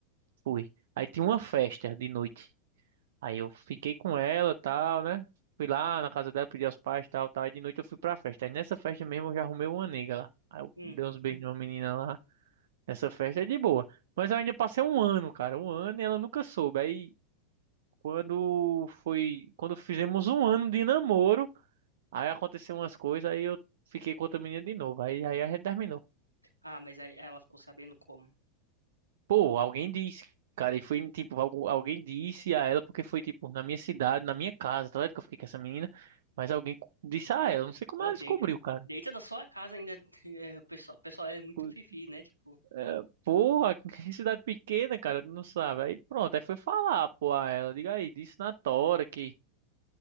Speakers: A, on the right (about 55°); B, on the right (about 85°).
A: Fui. Aí tinha uma festa de noite. Aí eu fiquei com ela, tal, né? Fui lá na casa dela, pedi aos pais, tal, tal. Aí de noite eu fui pra festa. Aí nessa festa mesmo eu já arrumei uma nega lá. Aí eu
B: Hum.
A: dei uns beijos numa menina lá. Nessa festa é de boa. Mas eu ainda passei um ano, cara. Um ano e ela nunca soube. Aí quando foi. Quando fizemos um ano de namoro, aí aconteceu umas coisas, aí eu fiquei com outra menina de novo. Aí, aí a gente terminou.
B: Ah, mas aí ela ficou sabendo como.
A: Pô, alguém disse, cara, e foi tipo, algu- alguém disse a ela porque foi tipo na minha cidade, na minha casa, tá ligado? Que eu fiquei com essa menina, mas alguém co- disse a ela, não sei como
B: Ô,
A: ela
B: dentro,
A: descobriu, cara.
B: dentro da sua casa ainda, <laughs> é, o pessoal, o pessoal é muito
A: Co-
B: fifi, né? Tipo,
A: é, Porra, <laughs> que cidade pequena, cara, não sabe. Aí pronto, aí foi falar, pô, a ela, diga aí, disse na tora que